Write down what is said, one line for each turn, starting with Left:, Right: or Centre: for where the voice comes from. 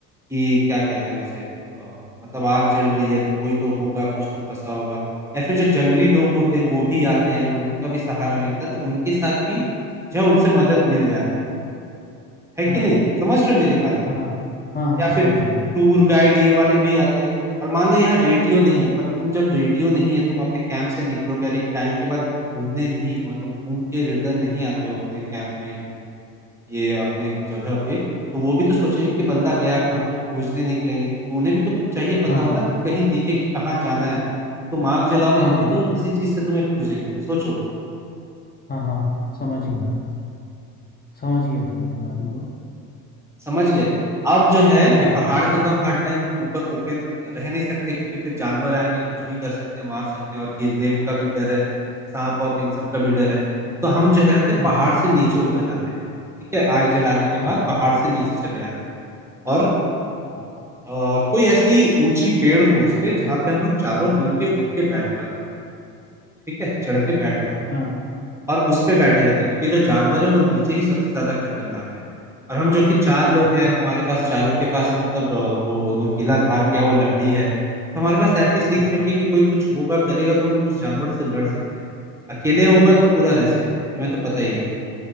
Centre: कि क्या कहते हैं उसे अ, मतलब आग जल रही है तो कोई तो होगा कुछ तो फंसा होगा या फिर जो जंगली लोग होते हैं वो भी आते हैं उनका भी सहारा मिलता है तो उनके साथ भी जो है उनसे मदद मिल जाती है है कि
Left: हाँ
Centre: नहीं समझ रहे हो मेरी बात
Left: हाँ हाँ हाँ
Centre: या फिर
Left: समझ गया
Centre: टूर गाइड ये वाले भी आते हैं और मान लो यहाँ रेडियो नहीं है पर तुम जब रेडियो नहीं है तुम अपने कैंप से निकलोगे और एक टाइम के बाद घूमने नहीं मतलब घूम के रिटर्न नहीं आते हो अपने कैंप में या घूम ये अपने जगह पे, तो वो भी तो सोचेंगे कि बंदा गया कहाँ? तो वो खोजने निकलेंगे, तो उन्हें भी तो कुछ चाहिए पता
Left: हाँ
Centre: हो
Left: हाँ
Centre: ना, कहीं दिखे कि कहाँ जाना है। तुम आग जलाओगे
Left: हाँ
Centre: तभी
Left: हाँ
Centre: तो वो किसी चीज़ से तुम्हें खोजेंगे, सोचो,
Left: हाँ हाँ समझ गया समझ गया तुम्हारी बात को
Centre: समझ गए? अब जो है
Left: हाँ
Centre: कि पहाड़ पे तो हम हर टाइम ऊपर ओपन रह नहीं सकते क्योंकि फिर जानवर आएँगे, कुछ भी कर सकते हैं, मार सकते हैं और गिरने का भी डर है, साँप-वाँप इन सब का भी डर है। तो हम जो है फिर
Left: हाँ
Centre: पहाड़ से नीचे उतर आते हैं, ठीक है? आग जलाने के बाद
Left: हाँ
Centre: पहाड़ से नीचे चले आते हैं और
Left: हाँ
Centre: अ, कोई ऐसी ऊंची पेड़ खोजते जहां पे हम लोग चारों मिलके उठ के बैठ पाते ठीक है चढ़ के बैठ पाते
Left: हाँ
Centre: और उस पे बैठे रहते क्योंकि जो जानवर है वो नीचे ही सबसे ज्यादा खतरनाक है और हम जो कि चार लोग
Left: हाँ
Centre: हैं हमारे पास चारों के पास मतलब अ, वो नोकीला धार किया हुआ लकड़ी है तो हमारे पास एटलीस्ट एक
Left: हाँ
Centre: सेफ्टी की कोई कुछ होगा करेगा तो हम उस जानवर से लड़ सकते हैं अकेले होगा तो पूरा रिस्क है तुम्हें तो पता ही है